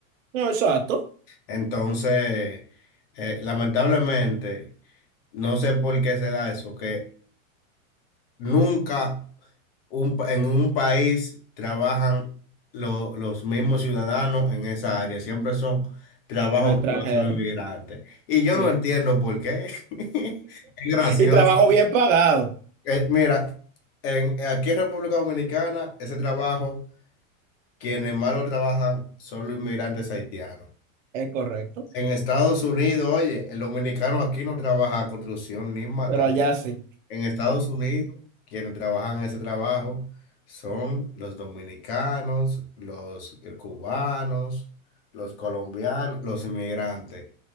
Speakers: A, on the right; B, on the left.
A: No, exacto.
B: Entonces, eh, lamentablemente, no sé por qué se da eso, que Nunca un pa- en un país trabajan lo- los mismos ciudadanos en esa área. Siempre son trabajos
A: Los extranjeros.
B: que lo hacen los inmigrantes. Y yo
A: Sí.
B: no entiendo por qué. <laughs> Es gracioso.
A: Y trabajo bien pagado.
B: Eh, mira, en, aquí en República Dominicana, ese trabajo, quienes más lo trabajan son los inmigrantes haitianos.
A: Es correcto.
B: En Estados Unidos, oye, el dominicano aquí no trabaja construcción ni matar.
A: Pero allá sí.
B: En Estados Unidos, quienes trabajan ese trabajo son los dominicanos, los eh, cubanos, los colombianos, los inmigrantes.